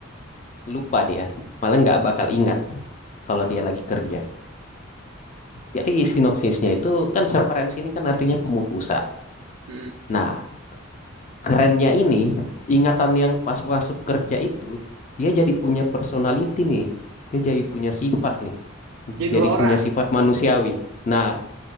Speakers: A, on the left (about 35°); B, on the right (about 70°).
A: lupa dia. Malah nggak bakal ingat kalau
B: Wah.
A: dia lagi kerja. Jadi sinopsisnya itu kan severance ini kan artinya pemutusan.
B: Hmm.
A: Nah, Kerennya ini, ingatan yang pas masuk kerja itu, dia jadi punya personality nih. Dia jadi punya sifat nih. Jadi
B: Jadi dua
A: punya
B: orang.
A: sifat manusiawi. Nah,